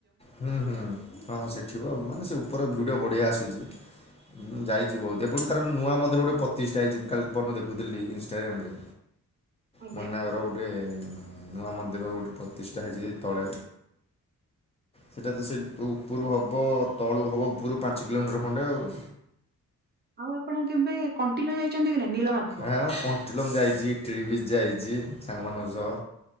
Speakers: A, on the left; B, on the right.
A: ହୁଁ ହୁଁ ହଁ ସେଠିବ ମାନେ ସେ ଉପର ଭିୟୁ ଟା ବଢିଆ ଆସୁଚି। ହୁଁ ଯାଇଛି ବହୁତ ଏପଟେ ତାର ନୂଆ ମନ୍ଦିରେ ଗୋଟେ ପତିଷ୍ଟା ହେଇଛି ମୁଁ କାଲି ପରଦିନ ଦେଖୁଥିଲି ଇନଷ୍ଟାଗ୍ରାମ ରେ।
B: ଆଜ୍ଞା
A: ମୁନାଗର ଗଟେ ନୂଆ ମନ୍ଦିର ଗୋଟେ ପତିଷ୍ଠା ହେଇଛି ଯେ ତଳେ ସେଇଟା ତ ସେ ଉପରୁ ହବ ତଳୁ ହବ ଉପରୁ ପାଞ୍ଚ କିଲୋମିଟର ଖଣ୍ଡେ ଆଉ?
B: ଉ ଆପଣ କେବେ କଣ୍ଟିଲ ଯାଇଛନ୍ତି କି ନାଇଁ? ନୀଳମାଧବ?
A: ଆଁ କଣ୍ଟିଲୋମ ଯାଇଚି ଟ୍ରିବିଜ ଯାଇଚି ସାଙ୍ଗ ମାନଙ୍କ ସହ।